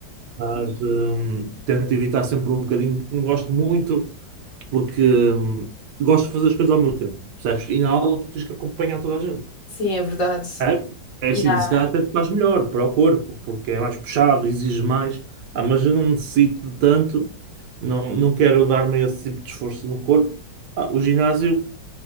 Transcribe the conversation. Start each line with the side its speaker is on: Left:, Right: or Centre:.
Right: Mas hum, tento evitar sempre um bocadinho, porque não gosto muito, porque hum, gosto de fazer as coisas ao meu tempo, percebes? E na aula tu tens que acompanhar toda a gente.
Left: Sim, é verdade.
Right: É, é assim,
Left: Yeah,
Right: se calhar até te faz melhor para o corpo, porque é mais puxado, exige mais, Ah, mas eu não necessito de tanto, não, não quero dar-me esse tipo de esforço no corpo. Ah, o ginásio.